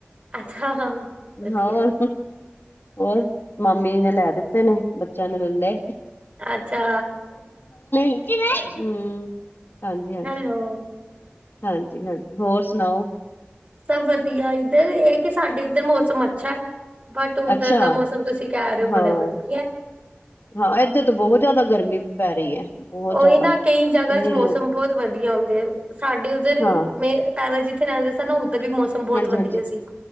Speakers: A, on the right; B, on the left.
A: ਅੱਛਾ ਵਧੀਆ
B: ਹੋਰ। ਹੋਰ ਮਾਮੀ ਨੇ ਲੈ ਦਿੱਤੇ ਨੇ ਬੱਚਿਆਂ ਨੇ ਲੈ ਲੇ
A: ਅੱਛਾ
B: ਹੂੰ।
A: ਚਲੋ।
B: ਹਾਂਜੀ ਹਾਂਜੀ
A: ਹੈਲੋ।
B: ਹਾਂਜੀ ਹਾਂਜੀ ਹੋਰ ਸੁਨਾਓ।
A: ਸਭ ਵਧੀਆ ਇੱਧਰ ਇਹ ਕਿ ਸਾਡੇ ਇੱਧਰ ਮੌਸਮ ਅੱਛਾ। ਬਟ ਉੱਧਰ
B: ਅੱਛਾ
A: ਦਾ ਮੌਸਮ ਤੁਸੀਂ ਕਹਿ ਰਹੇ ਹੋ
B: ਹਾਂ।
A: ਬੜਾ ਵਧੀਆ।
B: ਹਾਂ ਏਧਰ ਤੋਂ ਬਹੁਤ ਜ਼ਿਆਦਾ ਗਰਮੀ ਪੈ ਰਹੀ ਹੈ। ਬਹੁਤ
A: ਉਹੀ
B: ਜ਼ਿਆਦਾ
A: ਨਾ ਕਈ ਜਗ੍ਹਾ
B: ਇੰਨੀ
A: ਚ ਮੌਸਮ
B: ਲੂ
A: ਬਹੁਤ ਵਧੀਆ ਹੁੰਦੇ ਸਾਡੇ ਉੱਧਰ
B: ਹਾਂ
A: ਮੇ ਪਹਿਲਾਂ ਜਿੱਥੇ ਰਹਿੰਦੇ ਸਾ ਨਾ ਉੱਧਰ ਵੀ ਮੌਸਮ ਬਹੁਤ
B: ਹਾਂਜੀ
A: ਵਧੀਆ
B: ਹਾਂਜੀ
A: ਸੀ‌।